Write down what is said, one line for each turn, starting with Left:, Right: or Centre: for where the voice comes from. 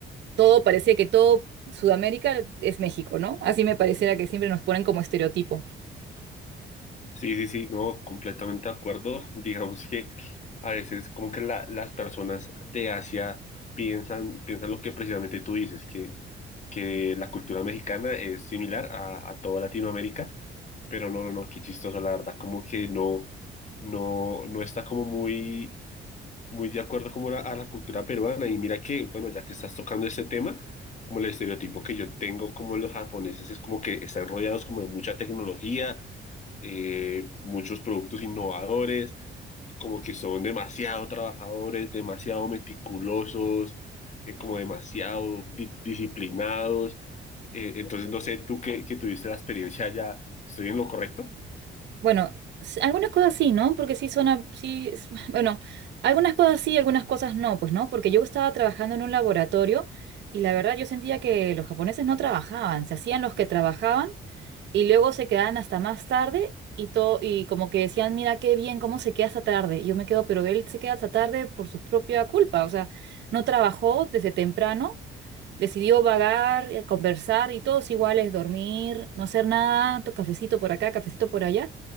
Right: todo parece que todo Sudamérica es México, ¿no? Así me pareciera que siempre nos ponen como estereotipo.
Left: Sí, sí, sí, no, completamente de acuerdo. <laughs> Digamos que a veces como que la- las personas de Asia piensan, piensan lo que precisamente tú dices, que, que la cultura mexicana es similar a, a toda Latinoamérica, pero no, no, no, qué chistoso, la verdad, como que no, no, no está como muy, muy de acuerdo como la- a la cultura peruana. Y mira que, bueno, ya que estás tocando este tema, como el estereotipo que yo tengo como los japoneses es como que están rodeados como de mucha tecnología eh, muchos productos innovadores, como que son demasiado trabajadores, demasiado meticulosos, eh, como demasiado di- disciplinados. Eh, entonces, no sé, tú que, que tuviste la experiencia ya, ¿estoy en lo correcto? <laughs>
Right: Bueno, s- algunas cosas sí, ¿no? Porque sí son a- sí, es- <laughs> bueno, algunas cosas sí, algunas cosas no, pues no, porque yo estaba trabajando en un laboratorio y la verdad yo sentía que los japoneses no trabajaban, se hacían los que trabajaban y luego se quedaban hasta más tarde y todo, y como que decían, mira qué bien, cómo se queda hasta tarde. Y yo me quedo, pero él se queda hasta tarde por su propia culpa, o sea, no trabajó desde temprano, decidió vagar, eh, conversar y todos iguales, dormir, no hacer nada, to- cafecito por acá, cafecito por allá.